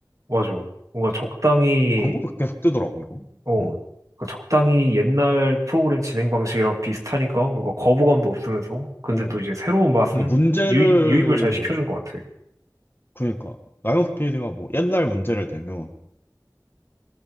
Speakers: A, on the right; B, on the left.
A: 맞아. 뭔가 적당히,
B: 광고도 계속 뜨더라고 이거.
A: 어,
B: 응.
A: 그 적당히 옛날 프로그램 진행 방식이랑 비슷하니까 뭔가 거부감도 없으면서, 근데
B: 어.
A: 또 이제 새로운 맛은
B: 뭔가 문제를
A: 유입, 유입을 잘 시켜준 것 같아.
B: 그러니까 나영석 PD가 뭐 옛날 문제를 대면